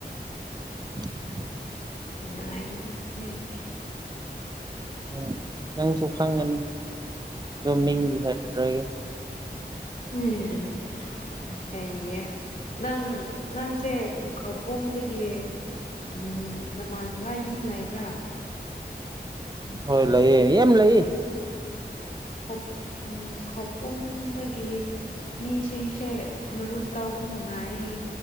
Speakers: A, on the right; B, on the left.
A: <inaudible>
B: ꯉꯥꯏꯅ ꯅꯣꯏꯗꯤꯦ
A: ꯎꯝ ꯅꯪꯁꯨ ꯈꯪꯉꯅꯤ ꯑꯣ ꯃꯤꯡꯗꯤ ꯍꯥꯏꯔꯗꯔꯒꯦ
B: ꯎ ꯀꯩꯌꯦ ꯅꯪ ꯅꯪꯁꯦ ꯈꯄꯨꯝꯗꯒꯤ ꯎꯝ ꯅꯃꯥꯟꯅꯕ ꯌꯨꯝ ꯂꯩꯕ꯭ꯔꯥ
A: ꯍꯣꯏ ꯂꯩꯌꯦ ꯑꯦꯝ ꯂꯩꯏꯌꯦ
B: ꯑꯣ ꯎꯝ ꯍꯣꯄꯨꯝꯗꯒꯤ ꯃꯤꯁꯤꯡꯁꯦ ꯃꯔꯨꯞ ꯇꯥꯎꯕ ꯅꯨꯡꯉꯥꯏꯌꯦ